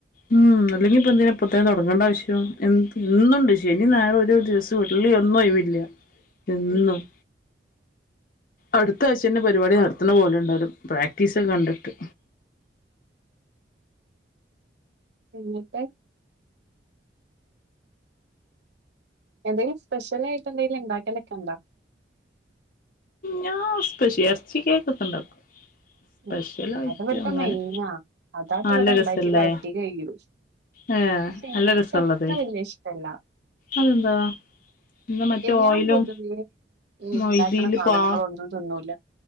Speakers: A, on the left; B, on the right.
A: ഉം അല്ലെങ്കിൽ ഇപ്പൊ എന്തിന ഇപ്പത്തന്നെ തുടങ്ങേണ്ട ആവശ്യം എന്ത് എന്നണ്ട് ശനി ഞായറും ഒരു ദിവസം ചുരുളി ഒന്നും ഒഴിവ് ഇല്ല എന്നും
B: ഉം
A: അടുത്ത ആഴച്ചന്റെ പരിപാടി നടത്തണ പോലെ ഉണ്ടാവാലും പ്രാക്ടീസ് ഒക്കെ കണ്ടിട്ട്
B: എന്നിട്ട് എന്തേങ്കിലും സ്പെഷ്യൽ ആയിട്ട് എന്തെങ്കിലും ഉണ്ടാക്കലൊക്കെ ഉണ്ടോ
A: ഞാ സ്പ ശി ഇറച്ചി കേക്കൊക്കെ ഉണ്ടാക്കും സ്പെഷ്യൽ
B: ഉം
A: ആയിട്ട്
B: അത് ഇവിടുത്തെ
A: അങ്ങനെ
B: മെയിനാ അതാട്ട്
A: നല്ല
B: ഇവിടെ ഉണ്ടാക്കിയാൽ
A: രസല്ലേ
B: അടി കഴിയും
A: ഏ
B: പക്ഷെ എനിക്ക്
A: നല്ല രസള്ളത്
B: അത്ര വല്യ ഇഷ്ടല്ല
A: അതെന്താ എന്താ മറ്റേ
B: ഞാൻ
A: ഓയിലും
B: പൊതുവേ ഇണ്ടാക്ക്ണ
A: മൈദയിൽ
B: സാധനങ്ങളൊന്നും
A: പാ
B: തിന്നൂല.